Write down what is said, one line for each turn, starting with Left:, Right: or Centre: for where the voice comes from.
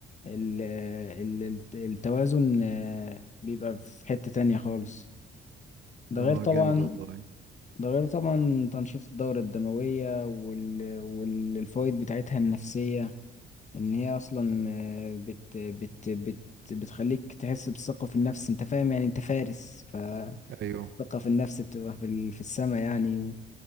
Left: ال- ال- الت- التوازن آه، بيبقى في حتة تانية خالص ده
Right: اه
Left: غير طبعا
Right: جامد والله
Left: ده غير طبعا تنشيط الدورة الدموية وال- والفوائد بتاعتها النفسية ان هي اصلا آه، بت بت بت بتخليك تحس بالثقة في النفس انت فاهم يعني انت فارس فالثقة
Right: ايوه
Left: في النفس بتبقى في ال- في السماء يعني